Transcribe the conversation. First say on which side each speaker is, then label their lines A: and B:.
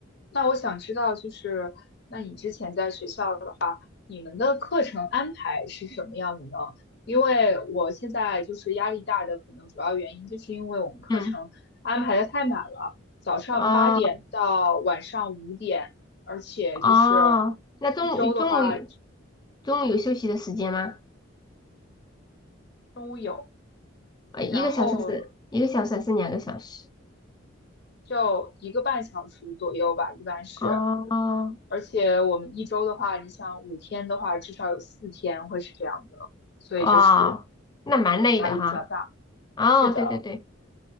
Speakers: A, on the left; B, on the left.
A: 那我想知道，就是那你之前在学校的话，你们的课程安排是什么样的呢？因为我现在就是压力大的，可能主要原因就是因为我们课程安排的太满了，
B: 嗯，
A: 早上八点到晚上五点，
B: 哦
A: 而且就是
B: 哦，那中午中午
A: 一周的话，
B: 中午有休息的时间吗？
A: 中午有，
B: 呃，
A: 然后
B: 一个小时是一个小时还是两个小时？
A: 就一个半小时左右吧，一般是。
B: 哦
A: 而且我们一周的话，你想五天的话，至少有四天会是这样的，所以就是
B: 哇，那蛮累的哈。
A: 对压力比较大。
B: 哦，
A: 是的，
B: 对对对，